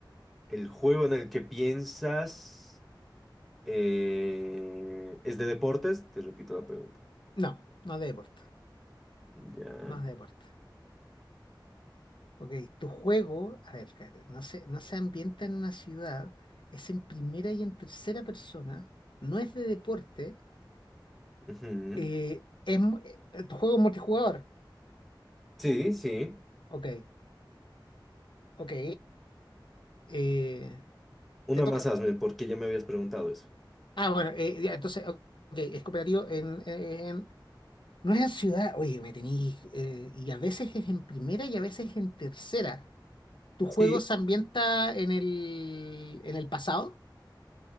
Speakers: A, in the centre; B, on the left.
A: el juego en el que piensas eh, es de deportes. Te repito la pregunta.
B: No, no de deporte.
A: Ya.
B: No es de deporte. Ok, tu juego, a ver, espérate, no se, no se ambienta en una ciudad, es en primera y en tercera persona, no es de deporte
A: Ujú.
B: Eh, es mu- eh, juego multijugador.
A: Sí, sí.
B: Ok, ok. eh,
A: Una
B: te toca.
A: más hazme, porque ya me habías preguntado eso.
B: Ah, bueno, eh, ya, entonces, ok, es cooperativo en, eh, en- No es en ciudad, oye, me tenéis... eh, y a veces es en primera y a veces en tercera. ¿Tu juego
A: Sí,
B: se ambienta en el, en el pasado?